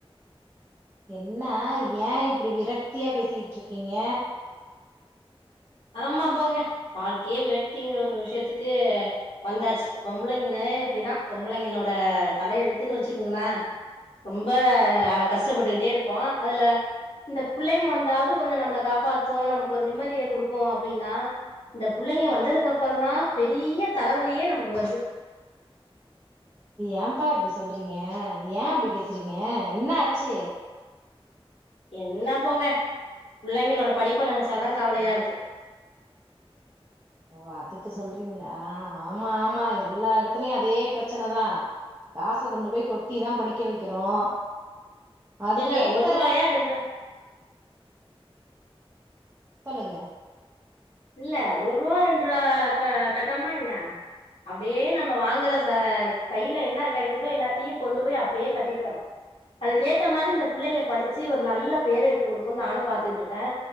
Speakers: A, on the right; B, on the left.
A: என்னா ஏ இப்டி விரக்தியா பேசிட்டு இருக்கீங்க
B: ஆமா போங்க வாழ்க்கையே விரக்திங்கிற ஒரு விஷயத்துக்கு வந்தாச்சு பொம்பளைங்கன்னு எப்டிதா பொம்பளைங்களோட தல எழுத்துன்னு வச்சுங்குங்ளே ரொம்ப கஷ்டப்பட்டுக்ட்டே இருக்கோ அதுல இந்த புள்ளைங்க வந்தாவது கொஞ்சோ நம்ள காப்பாத்து நமக் ஒரு நிம்மதியே குடுக் கு அப்டினா இந்த புள்ளைங்க வந்ததுக் அப்புறந்தா பெரிய தலைவலியே நமக்கு வருது
A: ஏன்ப்பா இப்டி சொல்றீங்கே ஏ இப்டி பேசுறீங்கே என்ன ஆச்சி
B: என்ன போங்கே புள்ளைங்களோட படிப்ப நெனச்சாதா கவலையாருக்கு
A: ஓ அதுக்கு சொல்றீங்களா ஆமா ஆமா எல்லா இடத் துலேயு அதே ப்ரச்சனதா காச கொண்டு போய் கொட்டி தா படிக்க வெக்கிறோ அதுக்கேத்த
B: ஏங்க ஒரு ரூவாயா ரெண்டு
A: சொல்லுங்க
B: இல்ல ஒர்வா ரெண்ருவா கட்றமா என்ன அப்டியே நம்ம வாங்குற ச கையில என்ன கெடைக்குதோ எல்லாத்தையு கொண்டு போய் அப்டியே கட்டிட்டு வரோ அதுக்கேத்த மாரி இந்த புள்ளைங்க படிச்சு ஒரு நல்ல பேர் எடுத்து கொடுக்குனு நானு பாத்துட்டுடிருக்கே